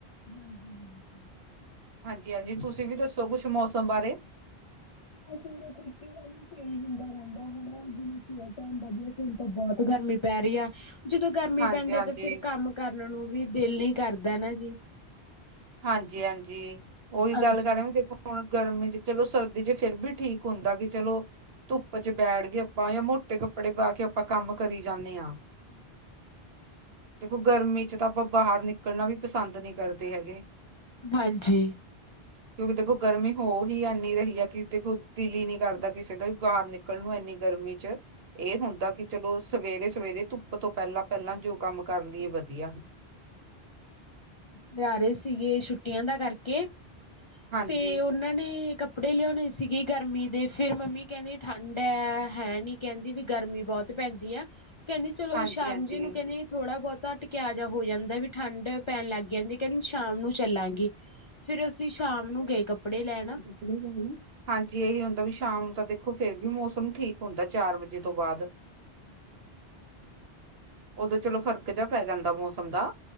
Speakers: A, on the left; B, on the right.
A: ਹਾਂਜੀ-ਹਾਂਜੀ।
B: ਹਾਂਜੀ-ਹਾਂਜੀ ਤੁਸੀਂ ਵੀ ਦੱਸੋ? ਕੁਛ ਮੌਸਮ ਬਾਰੇ।
A: ਅਸੀਂ ਕੀਤੀ ਗ ਹੁੰਦਾ ਰਹਿੰਦਾ ਹਨਾ, ਜਿਵੇਂ ਸਵੇਰੇ ਟਾਈਮ ਵਧੀਆ ਸੀ ਹੁਣ ਤਾਂ ਬਹੁਤ ਗਰਮੀ ਪੈ ਰਹੀ ਆ ਜਦੋਂ ਗਰਮੀ
B: ਹਾਂਜੀ-ਹਾਂਜੀ
A: ਪੈਂਦੀ ਆ, ਤਾਂ ਫਿਰ ਕੰਮ ਕਰਨ ਨੂੰ ਵੀ ਦਿਲ ਨੀ ਕਰਦਾ ਨਾ ਜੀ।
B: ਹਾਂਜੀ-ਹਾਂਜੀ ਉਹੀ
A: ਹਾਂਜੀ
B: ਗੱਲ ਕਰ ਦੇਖੋ ਹੁਣ ਗਰਮੀ 'ਚ' ਚਲੋ, ਸਰਦੀ ਫਿਰ ਵੀ ਠੀਕ ਹੁੰਦਾ ਵੀ ਚਲੋ ਧੁੱਪ 'ਚ' ਬੈਠ ਕੇ ਆਪਾਂ ਜਾਂ ਮੋਟੇ ਕੱਪੜੇ ਪਾ ਕੇ ਆਪਾਂ ਕੰਮ ਕਰੀ ਜਾਂਨੇ ਆ।
A: ' <inaudible>
B: ਦੇਖੋ, ਗਰਮੀ 'ਚ' ਤਾਂ ਆਪਾਂ ਬਾਹਰ ਨਿਕਲਣਾ ਵੀ ਪਸੰਦ ਨੀ ਕਰਦੇ ਹੈਗੇ।
A: ਹਾਂਜੀ।
B: ਕਿਉਂਕਿ, ਦੇਖੋ ਗਰਮੀ ਹੋ ਹੀ ਇਨੀ ਰਹੀ ਹੈ। ਕੀ ਦੇਖੋ ਦਿਲ ਹੀ ਨੀ ਕਰਦਾ ਕਿਸੇ ਦਾ ਬਾਹਰ ਨਿਕਲ ਨਿਕਲ ਨੂੰ ਇੰਨੀ ਗਰਮੀ 'ਚ'। ਇਹ ਹੁੰਦਾ ਕਿ ਚਲੋ, ਸਵੇਰੇ-ਸਵੇਰੇ ਧੁੱਪ ਤੋਂ ਪਹਿਲਾਂ- ਪਹਿਲਾਂ ਜੋ ਕੰਮ ਕਰ ਲਈਏ ਵਧੀਆ।
A: ਜਾ ਰਹੇ ਸੀਗੇ ਛੁੱਟੀਆਂ ਦਾ ਕਰਕੇ,
B: ਹਾਂਜੀ
A: ਤੇ ਉਹਨਾਂ ਨੇ ਕੱ ਕੱਪੜੇ ਲਿਆਉਣੇ ਸੀਗੇ ਗਰਮੀ ਦੇ। ਫਿਰ ਮੰਮੀ ਕਹਿੰਦੀ ਠੰਡ ਏ ਹੈ ਨੀ ਕਹਿੰਦੀ ਵੀ ਗਰਮੀ ਬਹੁਤ ਪੈਂਦੀ ਆ, ਕਹਿੰਦੀ ਚਲੋ
B: ਹਾਂਜੀ
A: ਸ਼ਾਮ
B: ਹਾਂਜੀ
A: ਜੀ ਨੂੰ ਕਹਿੰਦੇ ਥੋੜ੍ਹਾ ਬਹੁਤਾ ਟੇਕਾਅ ਜਿਹਾ ਹੋ ਜਾਂਦਾ ਵੀ ਠੰਡ ਪੈਣ ਲੱਗ ਜਾਂਦੀ ਕਹਿੰਦੀ ਸ਼ਾਮ ਨੂੰ ਚੱਲਾਂਗੇ, ਫੇਰ ਅਸੀਂ ਸ਼ਾਮ ਨੂੰ ਗਏ ਕੱਪੜੇ ਲੈਣ।
B: ' <unintelligible> ਹਾਂਜੀ, ਇਹੀ ਹੁੰਦਾ ਵੀ ਸ਼ਾਮ ਨੂੰ ਤਾਂ ਦੇਖੋ ਫਿਰ ਵੀ ਮੌਸਮ ਠੀਕ ਹੁੰਦਾ ਚਾਰ ਵਜੇ ਤੋਂ ਬਾਅਦ।
A: ' <inaudible>
B: ਉਦੋਂ ਚਲੋ ਫਰਕ ਜਿਹਾ ਪੈ ਜਾਂਦਾ ਮੌਸਮ ਦਾ।